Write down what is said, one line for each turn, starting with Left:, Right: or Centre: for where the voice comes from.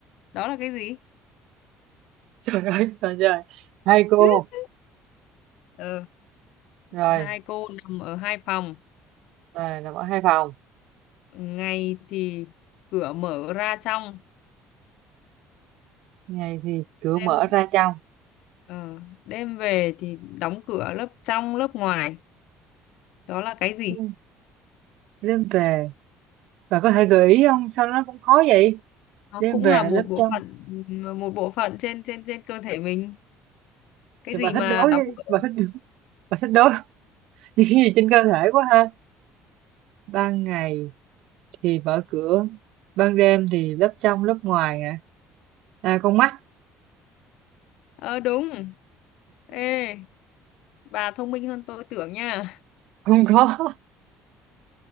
Left: Đó là cái gì?
Right: trời ơi trời trời hai cô
Left: <laughs> Ờ,
Right: rồi
Left: hai cô nằm ở hai phòng,
Right: rồi nằm ở hai phòng
Left: ngày thì cửa mở ra trong,
Right: ngày thì cửa
Left: đêm
Right: mở ra trong
Left: ờ, đêm về thì đóng cửa lớp trong lớp ngoài. Đó là cái gì?
Right: Ừ. đêm về bà có thể gợi ý không sao nó cũng khó vậy
Left: Nó
Right: đêm
Left: cũng
Right: về
Left: là một
Right: lớp
Left: bộ
Right: trong
Left: phận một bộ phận trên trên trên cơ thể mình. Cái
Right: thì
Left: gì
Right: bà
Left: mà
Right: thích đối
Left: đóng
Right: với-
Left: cửa?
Right: bà thích bà thích đối <laughs> những cái gì trên cơ thể quá ha ban ngày thì mở cửa ban đêm thì lớp trong lớp ngoài à, à con mắt
Left: ờ đúng ê bà thông minh hơn tôi tưởng nha
Right: không có